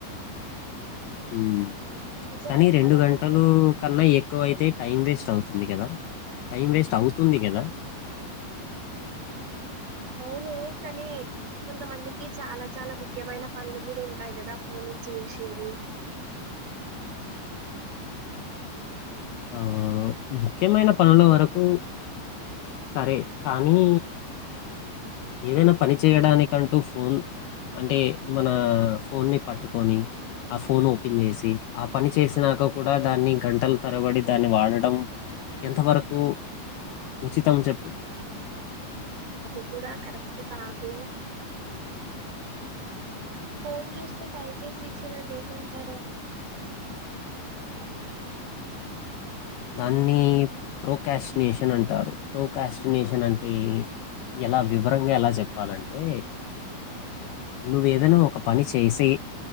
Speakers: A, on the left; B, on the right.
A: మ్
B: నిజంగా
A: కానీ
B: చాలా
A: రెండు గంటలు
B: మంది
A: కన్నా ఎక్కువ అయితే టైం వేస్ట్ అవుతు ఉంది కదా టైం వేస్ట్ అవుతుంది కదా.
B: ఉమ్, అవును కనీ కొంతమందికి చాలా చాలా ముఖ్యమైన పనులు కూడా ఉంటాయి. కదా ఫోన్ నుంచి ఏషేవి
A: ఆ ముఖ్యమైన పనుల వరకు సరే కానీ ఏదైనా పని చేయడానికంటూ ఫోన్ అంటే మన ఫోన్ ని పట్టుకొని ఆ ఫోన్ ఓపెన్ చేసి ఆ పని చేసినాక కూడా దాన్ని గంటల తరబడి దాన్ని వాడడం ఎంతవరకు ఉచితం చెప్పు
B: అది కూడా కరెక్ట్ కాదు. ఫోన్ చూస్తూ టైం వేస్ట్ జెసేదాన్ని ఏమంటారు.
A: దాన్ని ప్రోకాస్టినేషన్ అంటారు. ప్రోకాస్టినేషన్ అంటే ఎలా వివరంగా ఎలా చెప్పాలంటే నువ్వేదైనా ఒక పని చేసే